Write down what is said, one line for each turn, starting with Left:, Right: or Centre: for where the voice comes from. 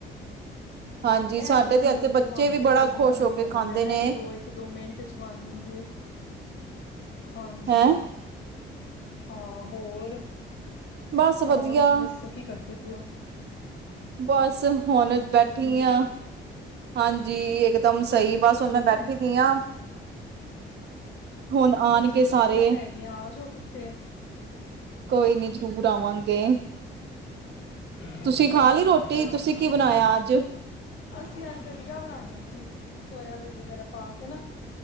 Right: ਹਾਂਜੀ
Left: ਇਹ
Right: ਸਾਡੇ
Left: ਤਾਂ ਮੈਨੂੰ
Right: ਤੇ ਇੱਥੇ
Left: ਲੱਗਦਾ
Right: ਬੱਚੇ
Left: ਬਣ ਵੀ
Right: ਬੜਾ
Left: ਜਲਦੀ
Right: ਖੁਸ਼
Left: ਜਾਂਦੀ
Right: ਹੋ ਕੇ
Left: ਹੋਣੀ
Right: ਖਾਂਦੇ
Left: ਹੈ ਨਾ
Right: ਨੇ
Left: ਇੱਕ ਦੋ ਇੱਕ ਦੋ ਮਿੰਟ ਚ ਬਣ ਜਾਂਦੀ ਹੈ। ਹਾਂਜੀ।
Right: ਹੈਂ
Left: ਹਾਂ। ਹਾਂ ਹੋਰ।
Right: ਬਸ
Left: ਹੋਰ
Right: ਵਧੀਆ
Left: ਦੱਸੋ ਕੀ ਕਰਦੇ। ਤੇ ਦੇ ਔ
Right: ਬਸ ਹੁਣ ਬੈਠੀ
Left: ਠੀਕ
Right: ਹਾਂ।
Left: ਹੈ
Right: ਹਾਂਜੀ ਇਕ ਦਮ
Left: ਤੁਹਾਡੇ
Right: ਸਹੀ
Left: ਬੱਚੇ
Right: ਬਸ ਹੁਣ
Left: ਠੀਕ
Right: ਮੈਂ ਬੈਠੀ
Left: ਨੇ
Right: ਦੀ ਹਾਂ। ਹੁਣ ਆਉਣਗੇ
Left: ਬੱਚਿਆਂ ਦੀ
Right: ਸਾਰੇ
Left: ਛੁੱਟੀਆਂ ਪੈ ਗਈਆਂ ਆ ਜਾਓ ਕਿੱਥੇ
Right: ਕੋਈ ਨੀ ਜਰੂਰ ਆਵਾਂਗੇ। ਤੇ ਅਤੇ
Left: ਹੋਰ
Right: ਤੁਸੀਂ ਖਾ
Left: ਆਓ
Right: ਲਈ ਰੋਟੀ।
Left: ਚੱਕਰ ਲਾ
Right: ਤੁਸੀਂ
Left: ਜਾਓ
Right: ਕੀ ਬਣਾਇਆ ਅੱਜ
Left: ਅਸੀਂ ਅੱਜ ਦਲੀਆ ਬਣਾਇਆ ਸੀ ਸੋਇਆਬੀਨ ਵਗੈਰਾ ਪਾ ਕੇ ਨਾ।